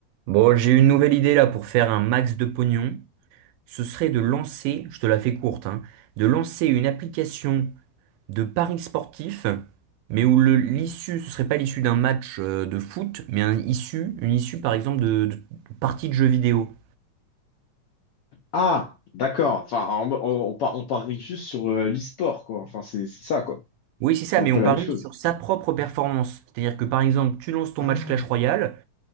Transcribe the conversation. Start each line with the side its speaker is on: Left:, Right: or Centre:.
Right: Bon, j'ai une nouvelle idée là pour faire un max de pognon. Ce serait de lancer, je te la fais courte, hein, de lancer une application de paris sportifs, mais où le- l'issue, ce serait pas l'issue d'un match euh, de foot, mais un issue, une issue par exemple de, de partie de jeux vidéo.
Left: Ah, d'accord. Enfin, on, on- on par- on parie juste sur euh, l'e-sport, quoi. Enfin, c'est c'est ça, quoi.
Right: Oui, c'est ça,
Left: C'est
Right: mais
Left: un peu
Right: on
Left: la
Right: parie
Left: même chose.
Right: sur sa propre performance. C'est-à-dire que par exemple, tu lances ton
Left: Ah.
Right: match Clash Royale,